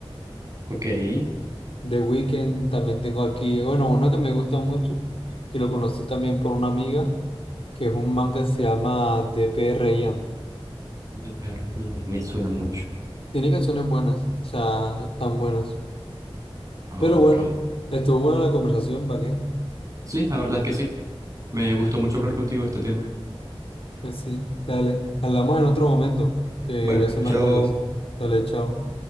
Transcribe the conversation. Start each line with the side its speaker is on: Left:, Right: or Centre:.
Right: Ok, de
Left: The Weeknd, también tengo aquí, bueno, uno que me gusta mucho, que lo conocí también por una amiga, que es un man que se llama DPR Ian.
Right: perdida, me suena mucho.
Left: Tiene canciones buenas, o sea, tan buenas.
Right: Ok.
Left: Pero bueno, estuvo buena la conversación, ¿para qué?
Right: Sí, la verdad es que sí. Me gustó mucho hablar contigo de este tema.
Left: Pues sí, dale, hablamos en otro momento, que
Right: Vale,
Left: voy a hacer
Right: chao.
Left: unas cosas. Dale, chao.